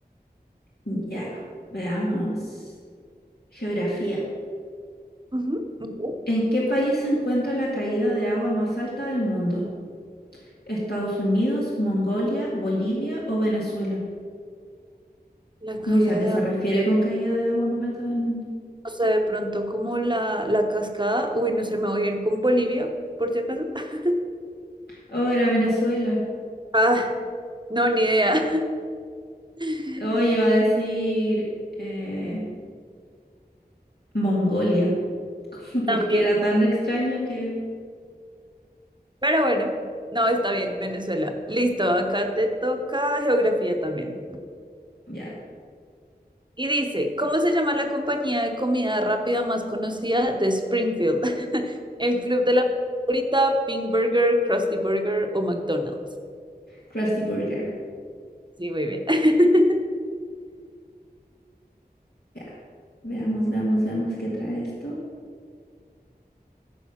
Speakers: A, on the left; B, on the right.
A: Ya, veamos. Geografía.
B: Ujú, ujú.
A: ¿En qué país se encuentra la caída de agua más alta del mundo? ¿Estados Unidos, Mongolia, Bolivia o Venezuela?
B: La caída
A: No sé a qué
B: de
A: se
B: agua,
A: refiere con caída de agua más alta del mundo.
B: o sea, de pronto como la, la cascada. Uy, no sé, me voy a ir con Bolivia, por si acaso. <laughs>
A: Oh, era Venezuela.
B: Ah, no, ni idea. <laughs>
A: Oh, yo iba a decir eh, Mongolia, <laughs>
B: También.
A: porque era tan extraño que
B: Pero bueno, no, está bien, Venezuela. Listo, acá te toca geografía también.
A: Ya,
B: Y dice, ¿cómo se llama la compañía de comida rápida más conocida de Springfield? <laughs> El Club de la Frita, Pink Burger, Krusty Burger o McDonald's.
A: Krusty Burger.
B: Sí, muy bien. <laughs>
A: Ya, veamos, veamos, veamos qué trae esto.